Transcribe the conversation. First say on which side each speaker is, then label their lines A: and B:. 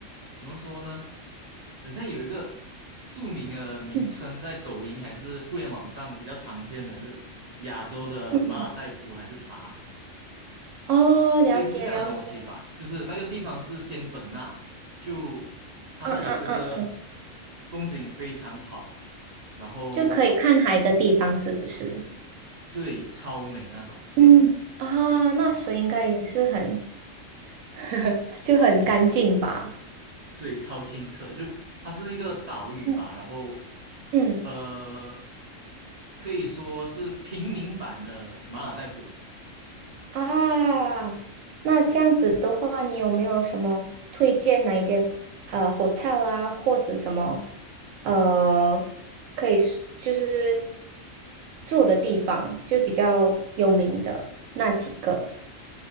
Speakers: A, on the right (about 50°); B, on the right (about 80°).
A: 怎么说呢？好像有一个著名的名称，
B: 嗯
A: 在抖音还是互联网上比较常见的是亚洲的马尔代夫还是啥，
B: 嗯嗯。哦，了解了解，
A: 类似这样的东西吧。就是那个地方是仙本那，就它那里是个
B: 嗯嗯嗯嗯，
A: 风景非常好。然后
B: 就可以看海的地方是不是？
A: 对，超美那种
B: 嗯，啊，那水应该也是很，
A: 啊，
B: <laughs> 就很干净吧？
A: 对，超清澈，就它是一个岛屿吧，
B: 嗯
A: 然后
B: 嗯
A: 呃，可以说是平民版的马尔代夫，
B: 啊，那这样子的话，
A: 对。
B: 你有没有什么推荐哪一间呃 hotel 啊，或者什么呃可以是就是住的地方，就比较有名的那几个？